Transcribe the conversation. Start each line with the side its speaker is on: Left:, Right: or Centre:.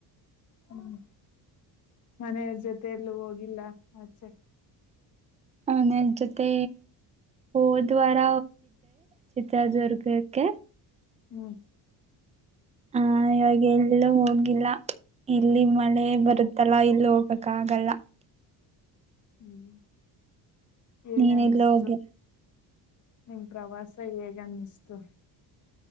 Left: ಹ್ಮ್ ಮನೆಯವ್ರ ಜೊತ ಎಲ್ಲೂ ಹೋಗಿಲ್ಲ ಆಚೆ
Right: ಮನೆ ಅವರು ಜೊತೆ ಹೋದ ವಾರ ಚಿತ್ರದುರ್ಗಕ್ಕೆ
Left: ಹ್ಮ್
Right: ಹ ಇವಾಗ ಎಲ್ಲಿ ಹೋಗ ಇಲ್ಲ ಇಲ್ಲಿ ಮಳೆ ಬರುತ್ತಲ್ಲ ಇಲ್ಲಿ ಹೋಗ್ಬೇಕಕ್ ಆಗಲ್ಲ
Left: ಹ್ಮ್ ಹೇಗನ್ಷ್ಟು
Right: ನೀನ್ ಎಲ್ಲ ಹೋಗಿ
Left: ನಿಮ ಪ್ರವಾಸ ಹೇಗ ಅನ್ನಿಸ್ತು